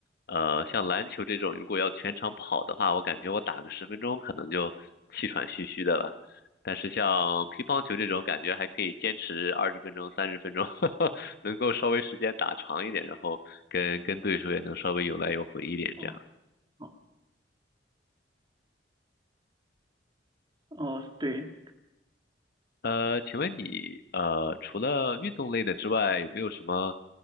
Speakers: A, on the left; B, on the right.
A: 呃，像篮球这种，如果要全场跑的话，我感觉我打个十分钟可能就气喘吁吁的了。但是像乒乓球这种，感觉还可以坚持二十分钟、三十分钟，<laughs> 能够稍微时间打长一点，然后跟跟对手也能稍微有来有回一点这样。
B: 哦哦哦，对，
A: 呃，请问你呃，除了运动类的之外，有没有什么